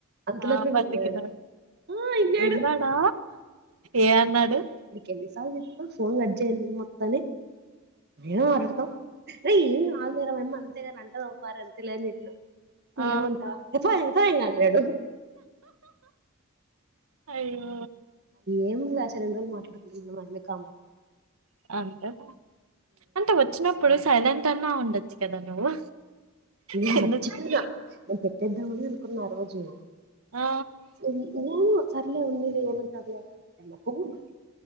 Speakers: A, on the right (about 50°); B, on the right (about 80°).
A: అంతలోపే
B: ఆ బతికినాడు
A: విళడు ఆ ఎన్నను
B: విన్నాడా ఏ అన్నాడు
A: ఎక స ఫోన్ గజజా మొత్తని మేమ మాట్లాడతాం అరే ఏం కాాలదరా మేమ అంతేగాని అంటదపార అంత లేని చెప్పిన
B: ఆ
A: ఏమంట ఎప్ప ఎఫ ఇన్గా అన్నాడు
B: అయ్యో
A: ఏముందిలే అసల రెండు రోజులు మాట్లాడుకుంటె వలె కామ్ అయిపోతారు
B: అంతలే అంత వచ్చినప్పుడు సైలెంట్ తనా ఉండచ్చి కదా నువ్వు
A: నేను
B: కింద
A: మర్చిపోనా
B: చూ-
A: నేను పెట్టేద్దామనే అనుకున్నా ఆ రోజు
B: ఆ
A: హ్మ్ ఏను సర్లే ఉన్నలే ఏమంటర్లే అనుకుంటాం కన్